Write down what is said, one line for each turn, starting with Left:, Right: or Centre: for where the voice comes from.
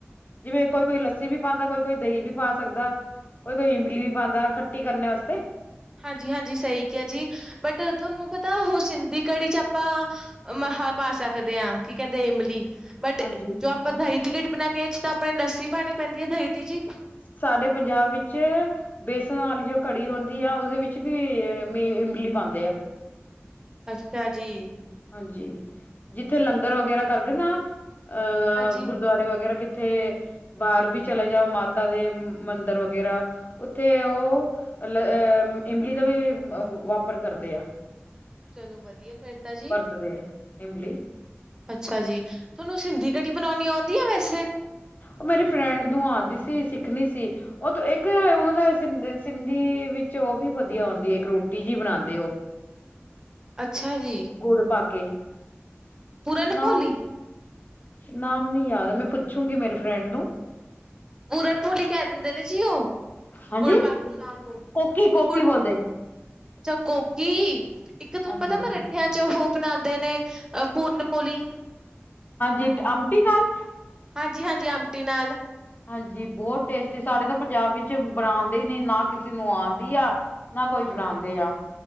Left: ਜਿਵੇਂ ਕੋਈ, ਕੋਈ ਲੱਸੀ ਵੀ ਪਾਉਂਦਾ ਕੋਈ, ਕੋਈ ਦਹੀਂ ਵੀ ਪਾ ਸਕਦਾ। ਕੋਈ ਕੋਈ ਇਮਲੀ ਵੀ ਪਾਉਂਦਾ ਖੱਟੀ ਕਰਨ ਵਾਸਤੇ।
Right: ਹਾਂਜੀ, ਹਾਂਜੀ ਸਹੀ ਕਿਹਾ ਜੀ, ਬਟ ਤੁਹਾਨੂੰ ਪਤਾ ਉਹ ਸਿੰਧੀ ਕੜੀ ਚ ਆਪਾਂ ਆਹ ਪਾ ਸਕਦੇ ਹਾਂ, ਕੀ ਕਹਿੰਦੇ ਇਮਲੀ ਬਟ
Left: ਹਾਂਜੀ
Right: ਜੋ ਆਪਾਂ ਦਹੀਂ ਦੀ ਕੜੀ ਬਣਾਉਣੀ ਆੱ ਆਪਣੇ ਲੱਸੀ ਪਾਉਣੀ ਪੈਂਦੀ ਹੈ ਦਹੀਂ ਦੀ ਜੀ
Left: ਸਾਡੇ ਪੰਜਾਬ ਵਿੱਚ ਬੇਸਣ ਵਾਲੀ ਜੋ ਕੜੀ ਆਉਂਦੀ ਆ ਉਹਦੇ ਵਿੱਚ ਵੀ ਈ ਇਮਲੀ ਪਾਉਂਦੇ ਆ।
Right: ਅੱਛਾ ਜੀ।
Left: ਹਾਂਜੀ, ਜਿੱਥੇ ਲੰਗਰ ਵਗੈਰਾ ਕਰਦੇ ਨਾ, ਅਹ
Right: ਹਾਂਜੀ
Left: ਗੁਰਦੁਆਰੇ ਵਗੈਰਾ ਉਥੇ ਬਾਹਰ ਵੀ ਚਲੇ ਜਾਓ, ਮਾਤਾ ਦੇ ਮੰਦਿਰ ਵਗੈਰਾ ਉੱਥੇ ਉਹ, ਲ ਅਹ ਇਮਲੀ ਦਾ ਵੀ ਵਪਾਰ ਕਰਦੇ ਆ
Right: ਚਲੋ, ਵਧੀਆ ਫੇਰ ਤਾ ਜੀ
Left: ਵਧੀਆ ਇਮਲੀ
Right: ਅੱਛਾ ਜੀ, ਤੁਹਾਨੂੰ ਸਿੰਧੀ ਕੜੀ, ਬਣਾਉਣੀ ਆਉਂਦੀ ਹੈ ਵੈਸੇ
Left: ਉਹ ਮੇਰੀ ਫਰੈਂਡ ਨੂੰ ਆਉਂਦੀ ਸੀ। ਸਿੱਖਣੀ ਸੀ। ਉਹ ਤੇ ਇੱਕ ਉਹਨਾਂ ਦਾ ਸਿੰਧੀ ਵਿੱਚ, ਉਹ ਵੀ ਵਧੀਆ ਆਉਂਦੀ ਹੈ, ਇੱਕ ਰੋਟੀ ਜਿਹੀ ਬਣਾਉਂਦੇ ਉਹ
Right: ਅੱਛਾ ਜੀ।
Left: ਗੁੜ ਪਾ, ਕੇ
Right: ਪੂਰਨ
Left: ਨਾ
Right: ਭੋਲੀ
Left: ਨਾਮ ਨਈ ਯਾਦ, ਮੈਂ ਪੁੱਛੂੰਗੀ ਮੇਰੇ ਫਰੈਂਡ ਨੂੰ
Right: ਪੂਰਨਪੋਲੀ ਕਹਿ ਦਿੰਦੇ ਨੇ ਜੀ ਉਹ,
Left: ਹਾਂਜੀ
Right: ਗੁੜ ਪਾਕੇ ਬਨਾਨ ਨੂੰ
Left: ਕੋਕੀ ਕੋਕੀ
Right: ਗੁੜ
Left: ਬੋਲਦੇ
Right: ਅੱਛਾ ਕੋਕੀ, ਇੱਕ ਤੁਹਾਨੂੰ
Left: ਹਾਂਜੀ
Right: ਪਤਾ ਮੈਰੱਠਿਆਂ ਚ, ਉਹ ਬਣਾਉਂਦੇ ਨੇ ਅ ਪੂਰਨਪੋਲੀ
Left: ਹਾਂਜੀ, ਇੱਕ ਅਮਟੀ ਨਾਲ
Right: ਹਾਂਜੀ-ਹਾਂਜੀ ਆਮਟੀ ਨਾਲ
Left: ਹਾਂਜੀ, ਬਹੁਤ ਟੇਸਟੀ, ਸਾਡੇ ਤਾਂ ਪੰਜਾਬ ਵਿੱਚ ਬਣਾਉਂਦੇ ਹੀ ਨੀ, ਨਾ ਕਿਸੇ ਨੂੰ ਆਉਂਦੀ ਆ ਨਾ ਕੋਈ
Right: ਹਾਂਜੀ,
Left: ਬਣਾਉਂਦੇ ਆ